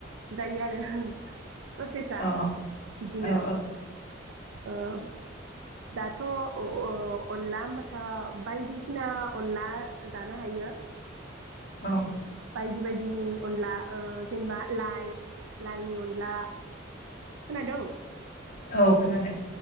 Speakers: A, on the right; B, on the left.
A: जायो आरो प्रसेसा
B: अ औ
A: बिदिनो
B: औ
A: ओम दाथ' अनला होनबाथाम बायदिसिना अनला जानो हायो
B: अह
A: बायदि बायदिनि अनला ओ जेनेबा लाइ लाइनि अनला खोनादों?
B: औ खोनादों